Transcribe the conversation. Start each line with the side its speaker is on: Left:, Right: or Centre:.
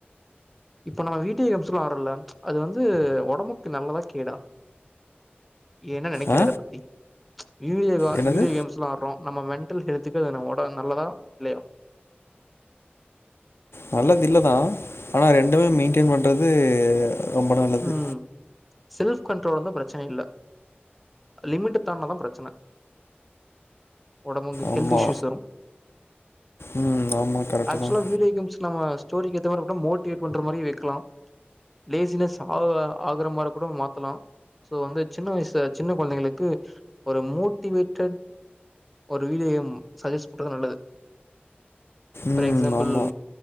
Centre: இப்ப நம்ம வீட்டியே கேம்ஸ்ல்லா ஆரல்ல அது வந்து உடம்புக்கு நல்லதா கேடா ஏன நெனைக்கிற
Left: ஆ
Centre: இத பத்தி வீடியோகா
Left: என்னது
Centre: வீடியோ கேம்ஸ்ல்லா ஆடுறோ நம்ம மென் ட்டல் ஹெத்துக்கு நமோட நல்லதா இல்லையா
Left: நல்லது இல்லதா ஆனா ரெண்டுமே மெயின்டென் பண்றது ரொம்ப நல்லது
Centre: ம் செல்ஃப் கண்ட்ரோல்ந்தா பிரச்சன இல்ல லிமிட்தான்னாதா பிரச்சன ஒடம்புங்கு
Left: ஆமா
Centre: ஹெல்த்இஸுஸ் வரு
Left: ம். ஆமா. கரெக்ட்டு
Centre: ஆக்சுவலா
Left: தான்.
Centre: வீடியோ கேம்ஸ் நம்ம ஸ்டோரி ஏத்த மாரி மோடேட் பண்ற மாரி வைக்கலா லேசினஸ் ஆ ஆகரமாற கூட மாத்தலா சோ வந்து சின்ன வயசு சின்ன குழந்தைங்களுக்கு ஒரு மோட்டிவேட்டட் ஒரு வீடியோ கேம் சஜஸ் பண்றது நல்லது
Left: ம்.
Centre: பர் எக்ஸம்பல்
Left: ஆமா.